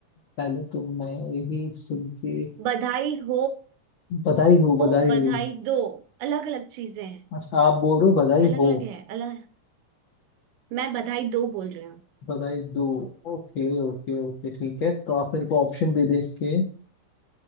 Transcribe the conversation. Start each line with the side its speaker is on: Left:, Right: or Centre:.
Left: पहले तो मैं यही सुन के
Right: बधाई हो
Left: बधाई हो
Right: हो,
Left: बधाई
Right: बधाई
Left: हो
Right: दो अलग अलग चीजें हैं
Left: अच्छा आप बोल रहे हो बधाई
Right: अलग
Left: हो
Right: अलग है अलग मैं बधाई दो बोल रही हूँ
Left: बधाई दो ओके ओके ओके ठीक है तो आप मेरे को ऑप्शन दे दे इसके